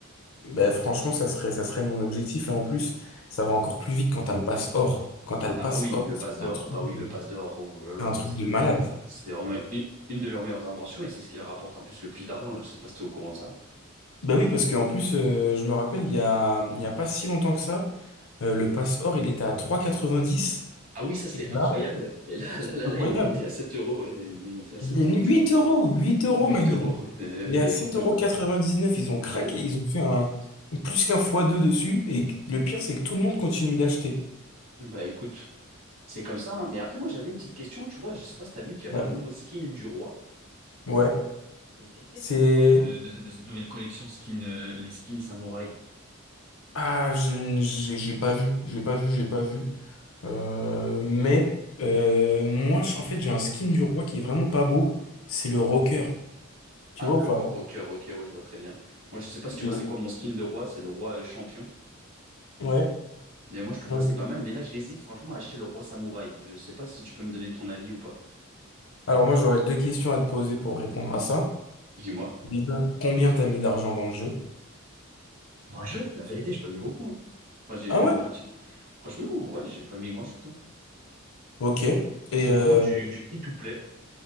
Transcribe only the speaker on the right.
Ah
bah oui,
le
passe d'or,
ah bah oui,
le passe d'or, oh là là,
c'est
c'est vraiment une, une de leurs meilleures inventions et c'est ce qui leur rapporte en plus le plus d'argent. Je sais pas si t'es au courant de ça.
Ah oui, ça c'était
incroyable. Et là, là,
là, là,
ils l'ont monté à 7 euros, ouais, ils l'ont monté à 7
euros, tu
vois.
huit
euros, ouais, euh,
et
8 euros.
Mais,
bah écoute, C'est comme ça. hein. Mais après, moi, j'avais une petite question. Tu vois, je sais pas si tu as vu qu'il y avait
un nouveau skin du roi.
Et qu- qu'est-ce
que tu en penses de, de, ce- de cette nouvelle collection skin, euh, les skins samouraï?
Ah,
le
roi rocker. Ok, ouais, je vois très bien. Moi, je sais pas si
tu vois, c'est quoi mon skin de roi? C'est le roi euh, champion.
Mais moi, je trouve
assez
pas mal. Mais là, j'hésite franchement à acheter le roi samouraï. Je sais pas si tu peux me donner ton avis ou pas.
Dis-moi.
Dans le jeu, la vérité, j'ai pas mis beaucoup. hein. Enfin, j'ai
même
pratique. Franchement, ouais, j'ai pas mis grand-chose. hein.
C'est
vraiment du, du free-to-play.